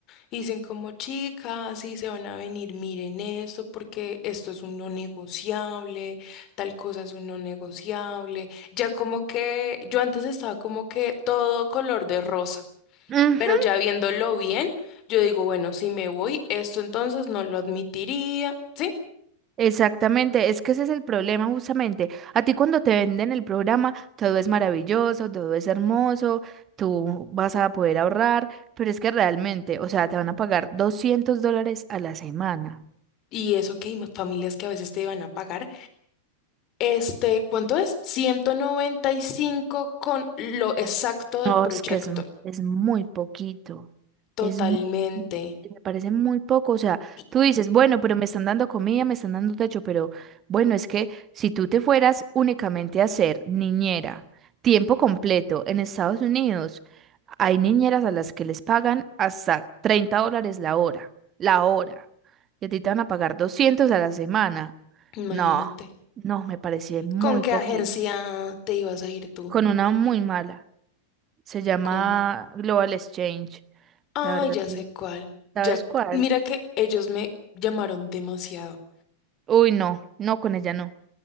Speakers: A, on the left; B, on the right.
A: Y Dicen como chicas, sí se van a venir, miren esto, porque esto es un no negociable, tal cosa es un no negociable. Ya como que yo antes estaba como que todo color de rosa.
B: Ujú,
A: Pero ya viéndolo bien, yo digo, bueno, si me voy, esto entonces no lo admitiría, ¿sí?
B: Exactamente, es que ese es el problema justamente. A ti cuando te venden el programa, todo es maravilloso, todo es hermoso, tú vas a poder ahorrar, pero es que realmente, o sea, te van a pagar 200 dólares a la semana.
A: Y eso que hay ma- familias que a veces te iban a pagar. Este, ¿cuánto es? ciento noventa y cinco con lo exacto del
B: No,
A: proyecto.
B: es que es, m- es muy poquito.
A: Totalmente.
B: Es, mu- me parece muy poco. O sea,
A: Y-
B: tú dices, bueno, pero me están dando comida, me están dando techo, pero bueno, es que si tú te fueras únicamente a ser niñera, tiempo completo en Estados Unidos, hay niñeras a las que les pagan hasta 30 dólares la hora, la hora. Y a ti te van a pagar 200 a la semana.
A: Imagínate.
B: No, no, me parece muy
A: ¿Con qué
B: poquito.
A: agencia te ibas a ir tú?
B: Con una muy mala. Se llama
A: Con... cu-
B: Global Exchange.
A: Ay,
B: La verdad,
A: ya
B: sí.
A: sé cuál.
B: ¿sabes
A: Ya,
B: cuál?
A: mira que ellos me llamaron demasiado.
B: Uy, no, no, con ella no.